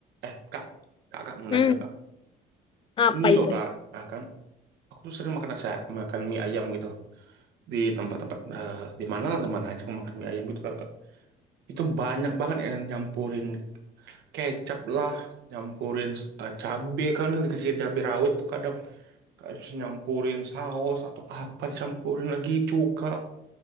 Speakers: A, on the right (about 80°); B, on the left (about 30°).
A: Eh, kak, kak, kak mau
B: Hmm,
A: nanya dong, kak.
B: apa
A: Ini loh
B: itu?
A: kak, ah, kan aku tuh sering makan nasi, makan mie ayam gitu di tempat-tempat eh, di mana lah, di mana aja aku makan mie ayam gitu kan kak. Itu banyak banget yang nyampurin kecap lah, nyampurin eh, cabe kan dikasih cabe rawit tuh kadang harus nyampurin saus atau apa dicampurin lagi cuka.